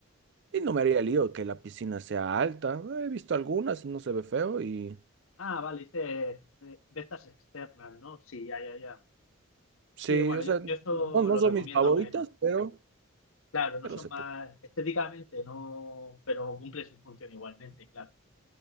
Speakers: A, on the right (about 55°); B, on the left (about 70°).
A: Y no me haría lío que la piscina sea alta. He visto algunas, no se ve feo y
B: Ah, vale, dice de, de estas externas, ¿no? Sí, ya, ya, ya.
A: sí,
B: Sí, bueno,
A: o sea,
B: yo,
A: no,
B: yo eso
A: no
B: lo
A: son
B: recomiendo
A: mis favoritas,
B: menos.
A: pero,
B: Claro, no
A: pero
B: son
A: se,
B: más
A: pu-
B: estéticamente, no, pero cumple su función igualmente, claro.